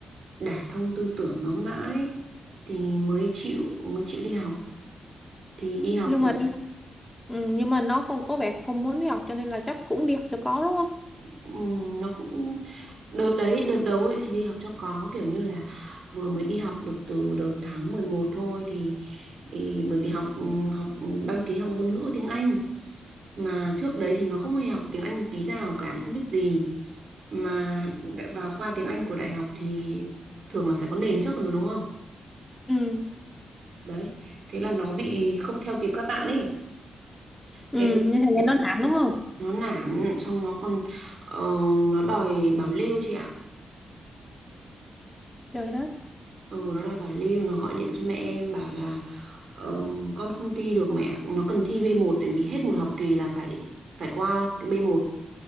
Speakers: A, on the right; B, on the left.
A: đả thông tư tưởng nó mãi thì mới chịu mới chịu đi học. Thì đi học
B: Nhưng
A: được
B: mà đi ừ, nhưng mà nó cũng có vẻ không muốn đi học cho nên là chắc cũng đi học cho có đúng không?
A: ừm, nó cũng đợt đấy, đợt đầu ấy thì đi học cho có kiểu như là vừa mới đi học được từ đợt tháng 11 thôi thì, thì bởi vì học ừm, học ừ, đăng ký học ngôn ngữ tiếng Anh mà trước đấy thì nó không hề học tiếng Anh một tí nào cả nó không biết gì mà đã- vào khoa tiếng Anh của đại học thì thường là phải có nền trước rồi đúng không
B: Ừ,
A: đấy thế là nó bị không theo kịp các bạn ấy
B: ừ,
A: thế được,
B: nên thành
A: được-
B: ra nó nản đúng không?
A: nó nản xong nó còn ờ, nó đòi bảo lưu chị ạ
B: Trời đất.
A: ừ nó đòi bảo lưu nó gọi điện cho mẹ em bảo là ờ, con không thi được mẹ nó cần thi B1 tại vì hết một học kỳ là phải phải qua cái B1